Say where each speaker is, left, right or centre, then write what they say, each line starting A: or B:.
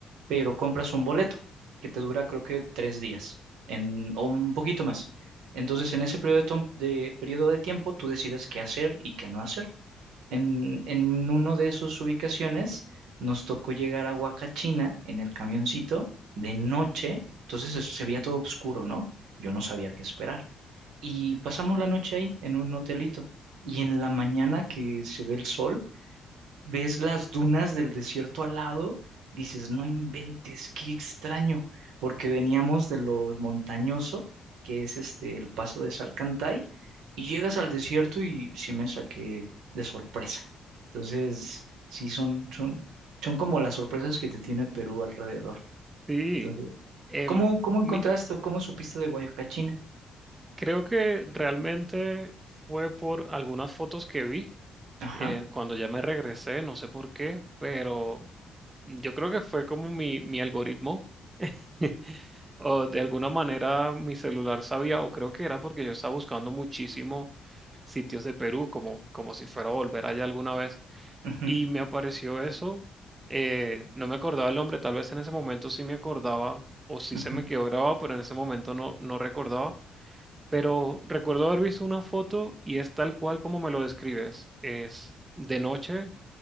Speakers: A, on the right (about 80°); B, on the right (about 20°).
A: pero compras un boleto que te dura creo que tres días en, o un poquito más. Entonces, en ese periodo de, tom- de- periodo de tiempo, tú decides qué hacer y qué no hacer. En, en uno de esas ubicaciones, nos tocó llegar a Huacachina en el camioncito de noche. Entonces, eso se veía todo oscuro, ¿no? Yo no sabía qué esperar. Y pasamos la noche ahí, en un hotelito. Y en la mañana que se ve el sol, ves las dunas del desierto al lado, dices, no inventes, qué extraño, porque veníamos de lo montañoso, que es este el paso de Salcantay, y llegas al desierto y sí me saqué de sorpresa. Entonces, sí, son, son, son como las sorpresas que te tiene Perú alrededor.
B: sí.
A: Entonces,
B: Em,
A: ¿cómo, cómo
B: mi-
A: encontraste o cómo supiste de Guayacachina?
B: creo que realmente fue por algunas fotos que vi
A: Ajá.
B: eh, cuando ya me regresé, no sé por qué, pero yo creo que fue como mi, mi algoritmo. <laughs> O de alguna manera mi celular sabía, o creo que era porque yo estaba buscando muchísimo sitios de Perú, como, como si fuera a volver allá alguna vez.
A: ujú,
B: y me apareció eso. eh, no me acordaba el nombre, tal vez en ese momento sí me acordaba o sí
A: ujú,
B: se me quedó grabado, pero en ese momento no, no recordaba. Pero recuerdo haber visto una foto y es tal cual como me lo describes. Es de noche,